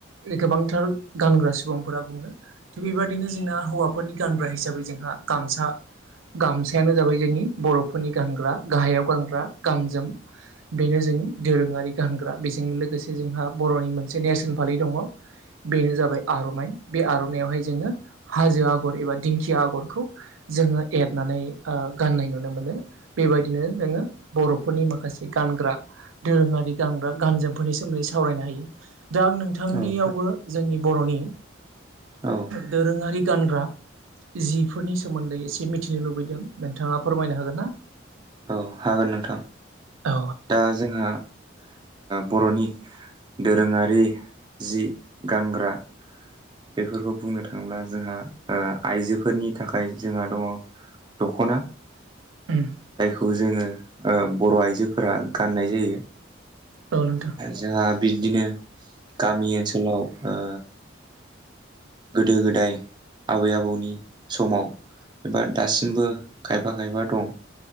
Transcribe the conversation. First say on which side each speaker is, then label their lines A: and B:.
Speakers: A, on the right; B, on the right.
A: गोबांथार गानग्रा सुबुंफोरा बुंनो थिग बेबायदिनो जोंना हौवाफोरनि गानग्रा हिसाबै जोंहा गामसा गामसायानो जाबाय जोंनि बर'फोरनि गानग्रा गाहायाव गानग्रा गानजोम बेनो जोंनि दोरोङारि गानग्रा बेजों लोगोसे जोंहा बर'नि मोनसे नेेरसोन फालि दङ। बेनो जाबाय आर'नाइ बे आर'नाइयावहाय जोङो हाजो आगर एबा दिंखिया आगरखौ जोङो एरनानै गाननाय नुनो मोनो बेबायदिनो जोङो बर'फोरनि माखासे जि गानग्रा दोरोङारि गानग्रा गानजोमफोरनि सोमोन्दै सावरायनो हायो। दां नोंथांनियावबो
B: नोंथां
A: जोंनि बर'नि
B: औ
A: दोरोङारि गानग्रा जिफोरनि सोमोन्दै एसे मिथिनो लुबैदों नोंथाङा फोरमायनो हागोन ना
B: औ हागोन नोंथां
A: औ
B: दा जोंहा बर'नि दोरोङारि जि गानग्रा बेफोरखौ बुंनो थाङोब्ला, जोंहा ओ आइजोफोरनि थाखाय जोंहा दङ। दख'ना।
A: उम।
B: <unintelligible> जोङो बर' आइजोफोरा गाननाय जायो।
A: औ नोंथां
B: जोंहा बिब्दिनो गामि ओनसोलाव ओ गोदो- गोदाय आबै -आबौनि समाव एबा दासिमबो खायफा -खायफा दं।